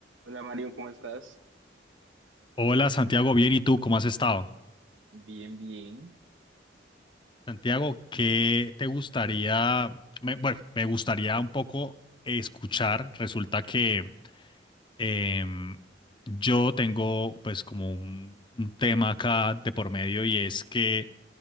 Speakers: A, on the right; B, on the left.
A: Hola Mario, ¿cómo estás?
B: Hola Santiago, bien, ¿y tú cómo has estado?
A: Bien, bien.
B: Santiago, ¿qué te gustaría? me- bueno, me gustaría un poco escuchar. Resulta que Em, yo tengo pues como un, un tema acá de por medio y es que